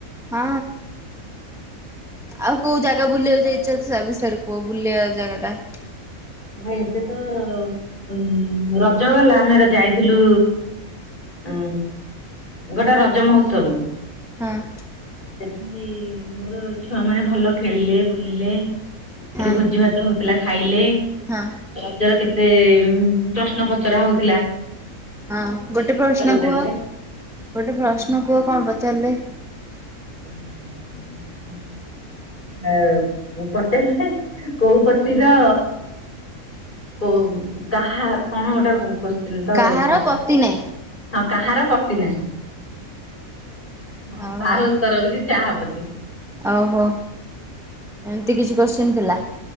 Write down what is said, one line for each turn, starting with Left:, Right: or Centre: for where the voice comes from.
Centre: ହଁ ଆଉ କୋଉ ଜା ଜାଗା ବୁଲିବାକୁ ଯାଇଚ ତା ବିଷୟରେ କୁଅ ବୁଲିବା ଜାଗାଟା?
Left: ହଁ ଏବେତ ଉ ରଜଗଲା ଆମେ ଯାଇଥିଲୁ ଉଁ ଗୋଟେ ରଜ ମହୋତ୍ସବକୁ।
Centre: ହଁ।
Left: ସେଠି ମୋର ଛୁଆ ମାନେ ଭଲ ଖେଳିଲେ ବୁଲିଲେ। ସେଠି
Centre: ହଁ
Left: ଭୋଜି ଭାତ ହଉଥିଲା ଖାଇଲେ
Centre: ହଁ।
Left: ରଜର କେତେ ପ୍ରଶ୍ନ ପଚରା ହଉଥିଲା
Centre: ହଁ
Left: ଯାହାର
Centre: ଗୋଟେ ପ୍ରଶ୍ନ
Left: ଉତ୍ତର ଦେଲେ
Centre: କୁହ ଗୋଟେ ପ୍ରଶ୍ନ କୁହ କଁ ପଚାରିଲେ?
Left: <unintelligible> ଆ ପଚାରିଲେ କୋଉପତିର କ କାହା କଣ ଗୋଟେ କୋ ଚିନ୍ତ
Centre: କାହାର
Left: ରହିଥ
Centre: ପତି ନାହିଁ।
Left: ହଁ କାହାର ପତି ନାହିଁ? ହଁ
Centre: ଓହୋ
Left: ତାର ଉତ୍ତର ହଉଚି ଚାହାପତୀ।
Centre: ଓହୋ ଏମିତି କିଛି କୋଶ୍ଚିନ୍ ଥିଲା।